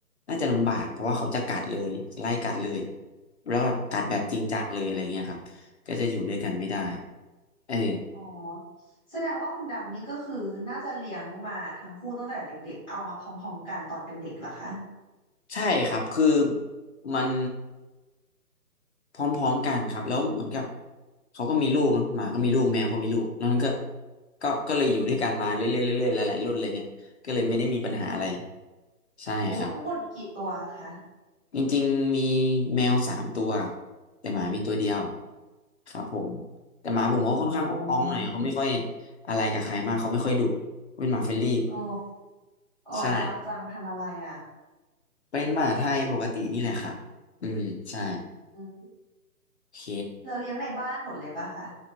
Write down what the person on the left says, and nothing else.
น่าจะลำบากเพราะว่าเขาจะกัดเลยไล่กัดเลยแล้วแบบกัดแบบจริงจังเลยอะไรเงี้ยครับก็จะอยู่ด้วยกันไม่ได้
เออ
ใช่ครับคือมันพร้อมๆกันครับแล้วเหมือนกับเขาก็มีลูกเนาะหมาก็มีลูกแมวก็มีลูกแล้วมันก็ก็ก็เลยอยู่ด้วยกันมาเรื่อยๆเรื่อยๆหลายๆรุ่นเลยเนี่ยก็เลยไม่ได้มีปัญหาอะไรใช่ครับ
จริงๆมีแมวสามตัวแต่หมามีตัวเดียวครับผมแต่หมาผมก็ค่อนข้างอ้องๆหน่อยเขาไม่ค่อย
อะไรกับใครมากเขาไม่ค่อยดุเป็นหมาเฟรนลี่
ใช่เป็นหมาไทยปกตินี่แหละครับอืมใช่
โอเค